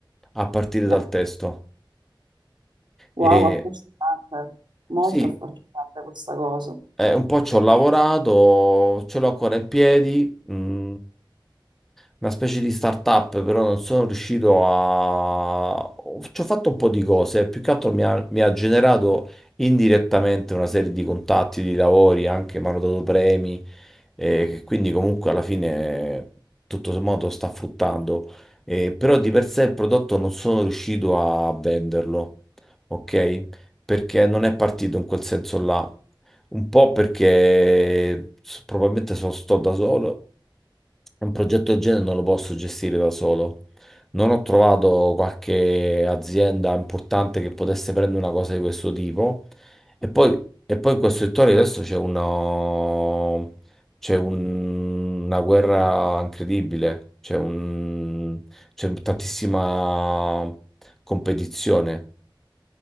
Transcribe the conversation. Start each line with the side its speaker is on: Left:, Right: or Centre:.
Centre: a partire dal
Right: cioè,
Centre: testo.
Right: Wow,
Centre: E
Right: affascinante, molto
Centre: sì,
Right: affascinante questa cosa.
Centre: Eh, un po' ci ho lavorato, ce l'ho ancora in piedi, mm, una specie di startup, però non sono riuscito a... Ci ho fatto un po' di cose, più che altro mi ha, mi ha generato indirettamente una serie di contatti, di lavori, anche mi hanno dato premi, eh, che quindi comunque alla fine tutto sommato sta fruttando, Eh, però di per sé il prodotto non sono riuscito a venderlo, ok? Perché non è partito in quel senso là, un po' perché s- probabilmente so- sto da solo un progetto del genere non lo posso gestire da solo. Non ho trovato qualche azienda importante che potesse prendere una cosa di questo tipo. E poi, e poi in questo settore adesso c'è una, c'è un- una guerra incredibile, c'è un- c'è tantissima competizione.